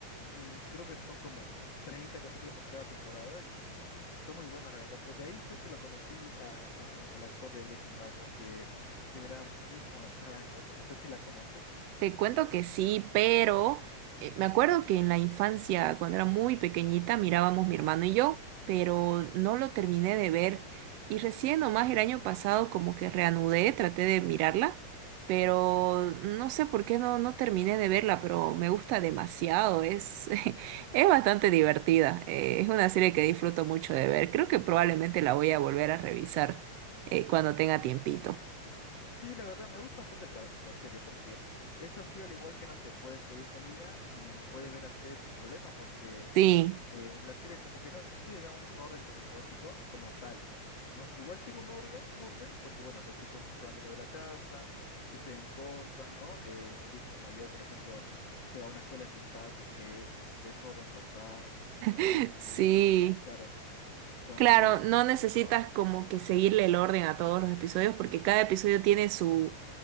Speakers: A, on the left (about 45°); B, on the right (about 75°).
A: Mm, Creo que son como 30 capítulos por cada temporada y son muy buenos, la verdad. Pues de ahí fue que lo conocí a- a- al actor de Breaking Bad, porque yo miraba muchísimo la saga de Malcolm. No sé si la conoces,
B: Te cuento que sí, pero eh, me acuerdo que en la infancia, cuando era muy pequeñita, mirábamos mi hermano y yo, pero no lo terminé de ver. Y recién nomás el año pasado como que reanudé, traté de mirarla, pero no sé por qué no, no terminé de verla, pero me gusta demasiado, es, <laughs> es bastante divertida. eh, es una serie que disfruto mucho de ver. Creo que probablemente la voy a volver a revisar eh, cuando tenga tiempito.
A: Sí, la verdad me gusta bastante la, la serie porque eso así al igual que no sé, puedes pedir comida y puedes ver la serie sin problema porque
B: Sí,
A: eh, la serie como que no sigue, digamos, un orden cronológico como tal, ¿no? Igual sigue un orden, un orden porque, bueno, los hijos se van yendo de la casa, suceden cosas, ¿no? Eh, el hijo mayor, por ejemplo, se va a una escuela militar porque es un desorden total y,
B: <laughs> sí.
A: y sí, claro, entonces
B: Claro, no
A: el hijo
B: necesitas
A: menor,
B: como que seguirle el orden a todos los episodios porque cada episodio tiene su,